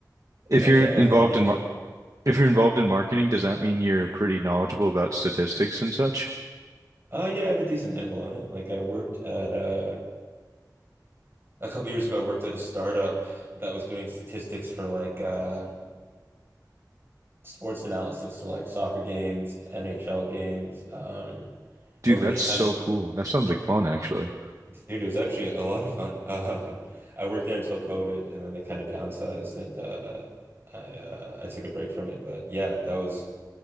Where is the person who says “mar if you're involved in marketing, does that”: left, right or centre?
Right